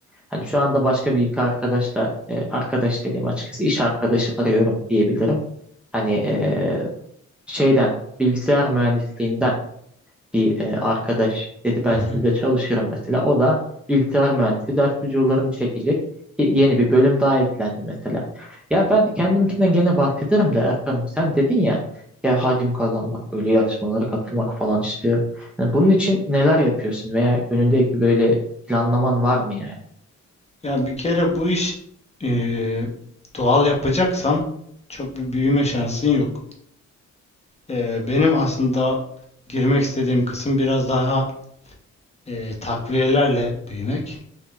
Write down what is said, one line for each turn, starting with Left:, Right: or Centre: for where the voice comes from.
Centre: Hani şu anda başka bir iki arkadaşla, e, arkadaş dediğim açıkçası iş arkadaşı arıyorum diyebilirim. Hani e, şeyden, bilgisayar mühendisliğinden bir e, arkadaş dedi ben
Left: Hı hı.
Centre: sizde çalışırım mesela. O da bilgisayar mühendisi ders videolarını çekecek. Y- Yeni bir bölüm daha eklendi mesela. Ya ben kendimkinden gene bahsederim de Erkan'ım sen dedin ya ya hacim kazanmak böyle yarışmalara katılmak falan istiyorum. Hani bunun için neler yapıyorsun veya önündeki böyle planlaman var mı yani?
Left: Ya bir kere bu iş e, doğal yapacaksan çok bir büyüme şansın yok. E, benim aslında girmek istediğim kısım biraz daha e, takviyelerle büyümek.